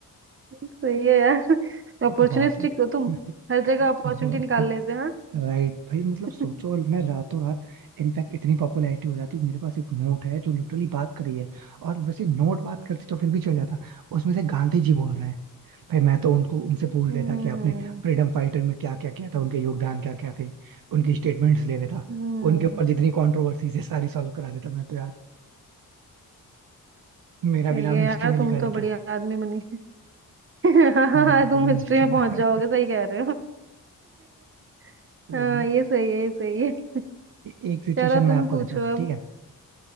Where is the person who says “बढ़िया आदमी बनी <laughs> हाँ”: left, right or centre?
Right